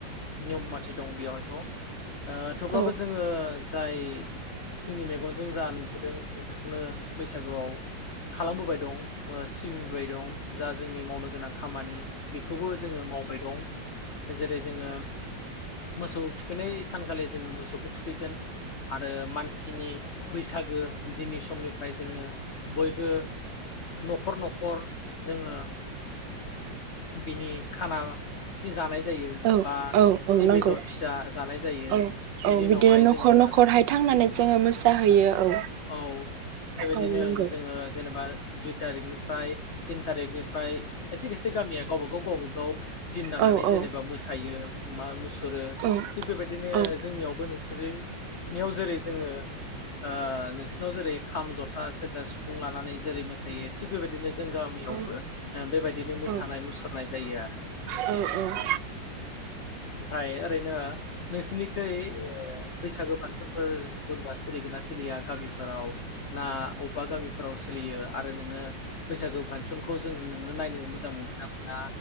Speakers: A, on the left; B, on the right.
A: नियम माथि दं बेयावहायथ' ओ थेवब्लाबो
B: औ
A: जोङो जाय जोंनि मेगनजों जा नुबोदों जों बेखौनो बैसागोआव खालामबोबाय दं ओ सिबिबोबाय दं जा जोंनि मावनो गोनां खामानि बेखौबो जोङो मावबाय दं जेरै जोङो मोसौ थुखैनाय सानखालि जोङो मोसौखौ थुखैगोन आरो मानसिनि बैसागो दिननि समनिफ्राय जोङो बयबो न'खर न'खर जोङो बिनि खाना सि जानाय जायो
B: औ
A: बा
B: औ
A: एसे
B: औ नांगौ
A: बेदर फिसा जानाय जायो
B: औ औ
A: बेनि उनावहाय
B: बिदिनो न'खर
A: जोङो
B: न'खरहाय थांनानै जोङो मोसाहैयो औ
A: औ बेबायदिनो
B: औ नंगौ
A: जोङो जेनेबा दुइ थारिकनिफ्राय थिन थारिकनिफ्राय खायसे खायसे गामिया गावबा गाव गावबा गाव दिन लानानै
B: औ औ
A: जेनेबा मोसायो मा मु सुरो
B: औ
A: थिग बेबायदिनो
B: औ
A: जोंनियावबो बिस नियाव जेरै जोङो <unintelligible> नोंसिरनाव जेरै खाम जथ सेरजा सिफुं लानानै जेरै मो सायो थिग बेबायदिनो जों गामियावबो
B: औ
A: बेबायदिनो मोसानाय
B: औ
A: मुसुरनाय जायो आरो
B: औ औ
A: ओमफाय ओरैनो नोंसिनिखै ओ बैसागु फानसनफोर जेनेबा सोलिगोन ना सोलिया गामि फोराव ना अबबा गामिफोराव सोलियो आरो नोङो बैसागो फांसनखौ जों नोङो नायनो मोजां मोनगोन ना मोना